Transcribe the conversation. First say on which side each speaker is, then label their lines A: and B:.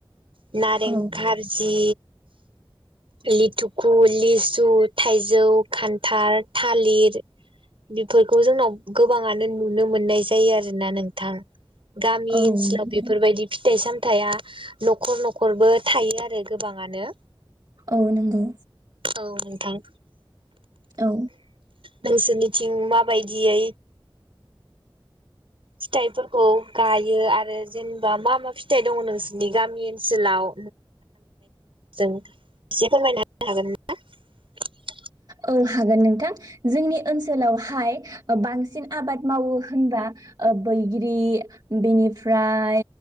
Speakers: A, on the right; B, on the right.
A: नारें
B: औ
A: जि लिथुखु लिसु थाइजौ खान्थाल थालिर बिफोरखौ जोंनाव गोबाङानो नुनो मोननाय जायो आरोना नोंथां गामि
B: औ
A: ओनसोलाव
B: नंगौ
A: बेफोरबायदि फिथाइ सामथाइया न'खर न'खरबो थायो आरो गोबाङानो।
B: औ नोंगौ
A: औ नोंथां
B: औ
A: नोंसोरनिथिं माबायदियै फिथाइफोरखौ गायो आरो जेनेबा मा मा फिथाइ दङ नोंसोरनि गामि ओनसोलाव जों एसे फोरमायना होन हागोन ना <unintelligible>
B: औ हागोन नोंथां जोंनि ओनसोलावहाय ओ बांसिन आबाद मावो होनबा ओ बैग्रि बिनिफ्राय